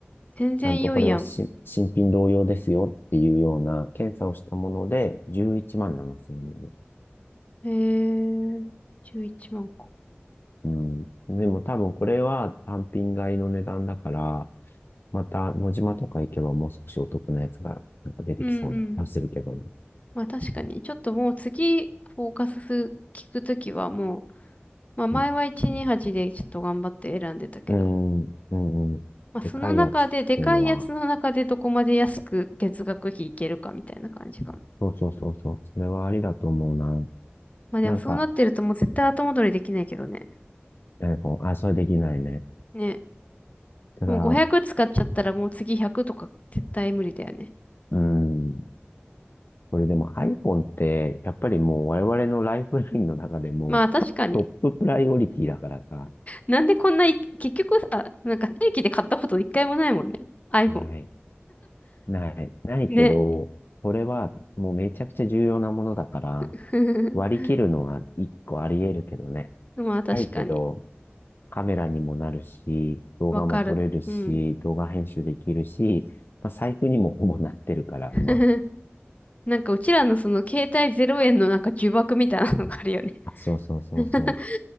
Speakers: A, on the left; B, on the left.
A: 全然良いやん。
B: ちゃんとこれはし新品同様ですよっていうような検査をしたもので、11万7000円
A: へえ、11万個。
B: うん。でも多分これは単品買いの値段だから、また野島とか行けばもう少しお得なやつがなんか出てきそうな気がするけどね。
A: うんうん。まあ確かに、ちょっともう次、フォーカスする、聞くときはもう、まあ前は128でちょっと頑張って選んでたけど、
B: うん、うん、うん。
A: まあその中で、
B: でかいやつっていうのは、
A: でかいやつの中でどこまで安く月額費いけるかみたいな感じか
B: そうそうそうそう。それはありだと思うな。
A: まあでもそうなってるともう絶対後戻りできないけどね。
B: なんか、iPhone、あ、それはできないね。
A: ね。
B: ただ、
A: もう500使っちゃったらもう次100とか絶対無理だよね。
B: うん。これでも iPhone って、やっぱりもう我々のライフラインの中でもトッププライオリティだからさ、
A: まあ確かに。なんでこんない結局さ、なんか正規で買ったこと一回もないもんね。iPhone。
B: ない。ない、ないけど、
A: ね。
B: これはもうめちゃくちゃ重要なものだから、
A: <laughs>
B: 割り切るのは一個あり得るけどね。
A: まあ確かに。
B: ないけど、カメラにもなるし、動画も撮れるし、
A: わかる。うん。
B: 動画編集できるし、まあ、財布にもほぼなってるから、
A: <laughs>
B: 今。
A: なんかうちらのその携帯0円のなんか呪縛みたいなのがあるよね。
B: あそうそうそうそ
A: <laughs>